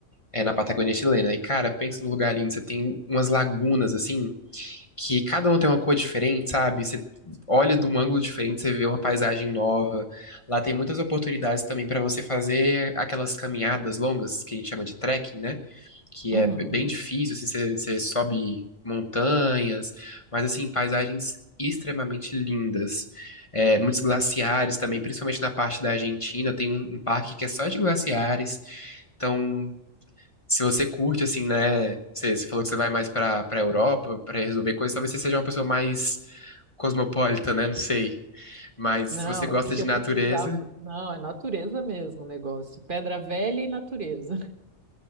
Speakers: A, on the left; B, on the right.
A: É na Patagônia chilena. E, cara, pensa no lugar lindo. Você tem umas lagunas, assim. que cada uma tem uma cor diferente, sabe? Você olha de um ângulo diferente, você vê uma paisagem nova. Lá tem muitas oportunidades também para você fazer aquelas caminhadas longas que a gente chama de trekking, né? Que
B: Uhum.
A: é é bem difícil, assim, você, você sobe montanhas, mas assim, paisagens extremamente lindas. É, muitos glaciares também, principalmente na parte da Argentina, tem um, um parque que é só de glaciares. Então, se você curte, assim, né? Você, você falou que você vai mais pra, pra Europa pra resolver coisas, talvez você seja uma pessoa mais cosmopolita, né? Não sei. Mas
B: Não,
A: se você gosta
B: é porque
A: de
B: eu
A: natureza,
B: precisava. Não, é natureza mesmo o negócio. Pedra velha e natureza.